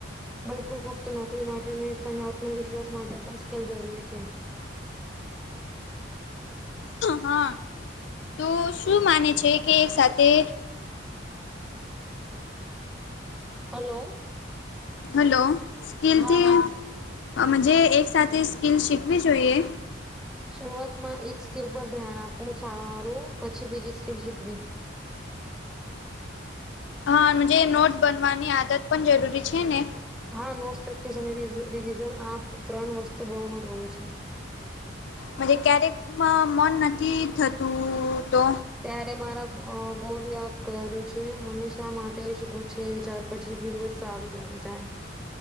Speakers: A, in the centre; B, on the left.
A: બિલકુલ ફક્ત નોકરી માટે નહી પણ આત્મવિશ્વાસ માટે પણ સ્કેલ જરૂરી છે.
B: હા તો શું માને છે કે એક સાથે.
A: હલો.
B: હલો સ્કિલથીજ
A: હા હા
B: એક સાથે સ્કિલ શીખવી જોઈએ.
A: શરૂઆતમાં એક સ્કીિલ પર ધ્યાન આપવું સારું પછી બીજી સ્કીલ શીખવી.
B: હા નોટ બનવાની આદત પણ જરૂરી છે ને.
A: હા નોટ્સ પ્રેક્ટિસ અને રિવિઝન આ ત્રણ વસ્તુ બહુ મહત્વની છે.
B: મજ ક્યારેક મન નથી થતું તો
A: ત્યારે મારા ગોલ યાદ કરેલું છે મને શા માટે શકો છે ચાર પછી ફી ઉત્સાહ આવીજ જાય.